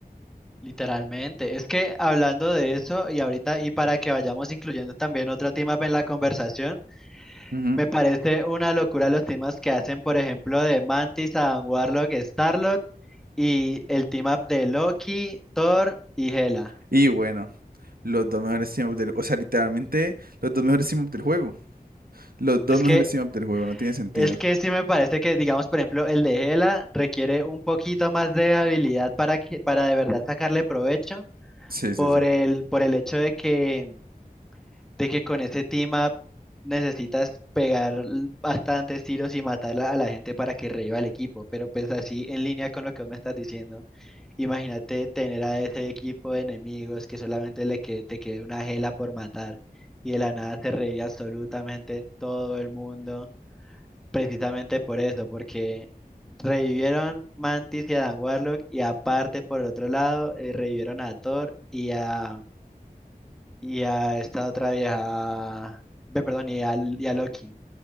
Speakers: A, in the centre; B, on the right.
A: Literalmente. Es que hablando de eso y ahorita y para que vayamos incluyendo también otro tema en la conversación,
B: Ujú.
A: me parece una locura los temas que hacen, por ejemplo, de Mantis, Adam Warlock, Starlord y el team up de Loki, Thor y Hela.
B: Y bueno. Los dos mejores team up del... O sea, literalmente, los dos mejores team up del juego. Los dos
A: Es
B: mejores
A: que
B: team up del juego, no tiene sentido.
A: Es que sí me parece que, digamos, por ejemplo, el de Gela requiere un poquito más de habilidad para que, para de verdad sacarle provecho
B: Sí,
A: por
B: sí, sí.
A: el, por el hecho de que, de que con ese team up necesitas pegar l- bastantes tiros y matar la- a la gente para que reviva el equipo. Pero pues así en línea con lo que vos me estás diciendo, imagínate tener a ese equipo de enemigos que solamente le que, te quede una Gela por matar y de la nada se revive absolutamente todo el mundo. Precisamente por eso, porque revivieron Mantis y a Dan Warlock y aparte por el otro lado eh, revivieron a Thor y a, y a esta otra vieja, ve, perdón, y a, y a Loki.